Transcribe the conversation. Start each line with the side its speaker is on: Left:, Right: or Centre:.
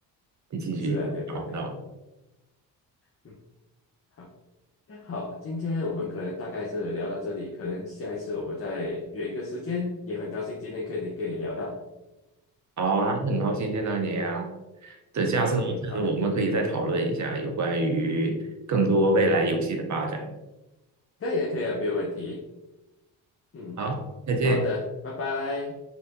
Right: 你进去以后找不到了。
Left: 是啊，对对对，嗯，好，那好，今天我们可能大概是聊到这里，可能下一次我们再约一个时间，也很高兴今天可以跟你聊到，
Right: 好啊，很高兴见到你啊，等下次下次我们可以再讨论一下有关于更多未来游戏的发展。
Left: 嗯，好，可以啊，可以啊，没有问题，嗯，
Right: 好，再见。
Left: 好的，拜拜。